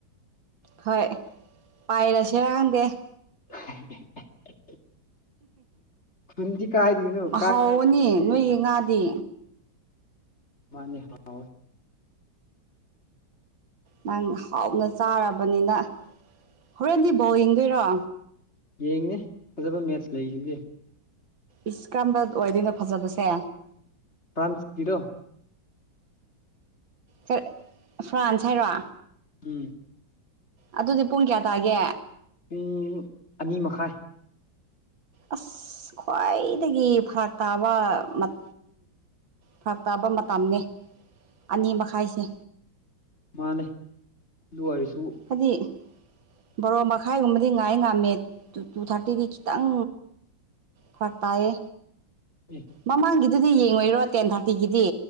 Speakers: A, on the right; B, on the left.
A: ꯍꯣꯏ ꯄꯥꯏꯔꯁꯤꯔꯥ ꯈꯪꯗꯦ꯫
B: <unintelligible> ꯈꯨꯟꯗꯤ ꯀꯥꯏꯗꯒꯤꯅꯣ ꯀꯥꯏꯗꯅꯣ
A: ꯍꯥꯎꯕꯅꯤ
B: ꯈꯨꯟꯗꯤ?
A: ꯅꯣꯏꯒꯤ ꯉꯥꯗꯤ
B: ꯃꯥꯅꯦ ꯍꯥꯎ
A: ꯅꯪ ꯍꯥꯎꯅ ꯆꯥꯔꯕꯅꯤꯅ ꯍꯣꯔꯦꯟꯗꯤ ꯕꯧ ꯌꯦꯡꯗꯣꯏꯔꯣ?
B: ꯌꯦꯡꯅꯦ ꯐꯖꯕ ꯃꯦꯠꯁ ꯂꯩꯁꯤꯗꯤ꯫
A: ꯏꯁ ꯀꯔꯝꯕ ꯑꯣꯏꯗꯣꯏꯅꯣ ꯐꯖꯕꯁꯦ?
B: ꯐ꯭ꯔꯥꯟꯁꯀꯤꯔꯣ?
A: ꯀ ꯐ꯭ꯔꯥꯟꯁ ꯍꯥꯏꯔꯣ?
B: ꯎꯝ
A: ꯑꯗꯨꯗꯤ ꯄꯨꯡ ꯀꯌꯥ ꯇꯥꯒꯦ?
B: ꯄꯨꯡ ꯑꯅꯤ ꯃꯈꯥꯏ꯫
A: ꯑꯁ ꯈ꯭ꯋꯥꯏꯗꯒꯤ ꯐꯔꯥꯛ ꯇꯥꯕ ꯃꯠ ꯐꯔꯥꯛ ꯇꯥꯕ ꯃꯇꯝꯅꯦ ꯑꯅꯤ ꯃꯈꯥꯏꯁꯦ꯫
B: ꯃꯥꯅꯦ <unintelligible>
A: ꯑꯗꯤ ꯕꯥꯔꯣ ꯃꯈꯥꯏꯒꯨꯝꯕꯗꯤ ꯉꯥꯏ ꯉꯥꯝꯃꯦ ꯇꯨ ꯇꯨ ꯊꯥꯔꯇꯤꯗꯤ ꯈꯤꯇꯪ ꯐꯔꯛ ꯇꯥꯏꯌꯦ
B: ꯑꯦ
A: ꯃꯃꯥꯡꯒꯤꯗꯨꯗꯤ ꯌꯦꯡꯉꯣꯏꯔꯣ ꯇꯦꯟ ꯊꯥꯔꯇꯤꯒꯤꯗꯤ꯫